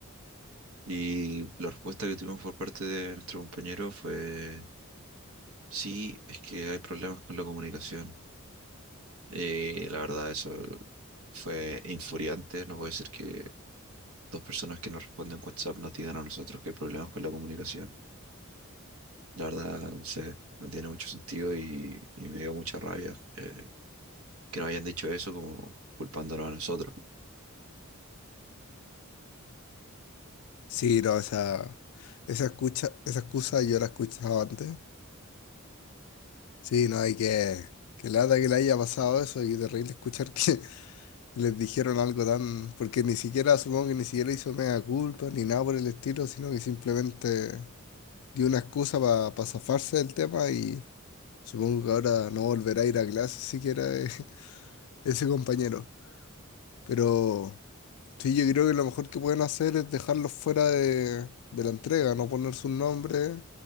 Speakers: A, on the right (about 85°); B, on the left (about 85°).
A: y la respuesta que tuvimos por parte de nuestro compañero fue, sí, es que hay problemas con la comunicación. Y la verdad, eso fue infuriante, no puede ser que dos personas que nos responden WhatsApp nos digan a nosotros que hay problemas con la comunicación. La verdad, no sé, no tiene mucho sentido y, y me dio mucha rabia eh, que nos hayan dicho eso como culpándonos a nosotros.
B: Sí, no, esa, esa escucha, esa excusa yo la he escuchado antes. Sí, no hay que... Que lata que le haya pasado eso y terrible escuchar que <laughs> les dijeron algo tan... Porque ni siquiera, supongo que ni siquiera hizo mea culpa ni nada por el estilo, sino que simplemente dio una excusa para zafarse del tema y supongo que ahora no volverá a ir a clase siquiera eh, <laughs> ese compañero. Pero sí, yo creo que lo mejor que pueden hacer es dejarlos fuera de, de la entrega, no poner sus nombres,